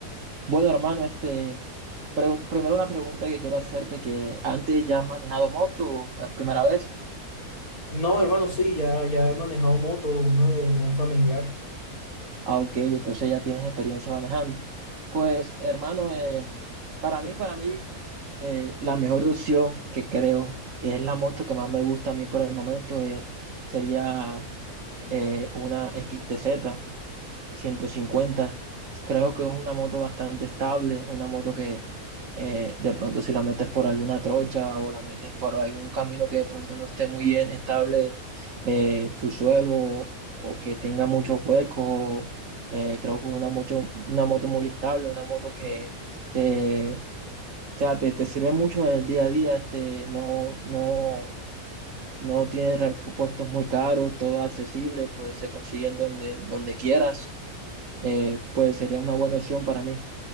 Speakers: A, on the right (about 60°); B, on the left (about 75°).
A: bueno, hermano, este, pre- primero una pregunta que quiero hacerte, que antes ya has manejado moto, ¿o es primera vez?
B: No, hermano, sí, ya, ya he manejado moto, una de, de un familiar.
A: Ah, ok, entonces ya tienes experiencia manejando. Pues, hermano, eh, para mí, para mí, eh, la mejor opción que creo, y es la moto que más me gusta a mí por el momento, eh, sería eh, una XTZ. 150. Creo que es una moto bastante estable, una moto que eh, de pronto si la metes por alguna trocha o la metes por algún camino que de pronto no esté muy bien estable eh, su suelo o, o que tenga muchos huecos, eh, creo que es una, mucho, una moto muy estable, una moto que te, o sea, te, te sirve mucho en el día a día, este, no, no, no tiene repuestos muy caros, todo accesible, pues se consiguen donde, donde quieras eh, pues sería una buena opción para mí.